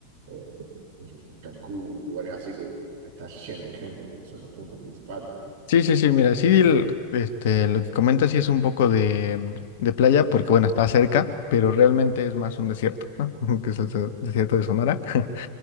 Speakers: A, on the right; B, on the left.
A: eh, Cancún o lugares así que está lleno de gente, ¿no? Que son los puntos principales.
B: Sí, sí, sí, mira, sí, el- este, lo que comentas sí es un poco de, mm, de playa, porque bueno, está cerca, pero realmente es más un desierto, ¿no? <laughs> Que es el se- desierto de Sonora. <laughs>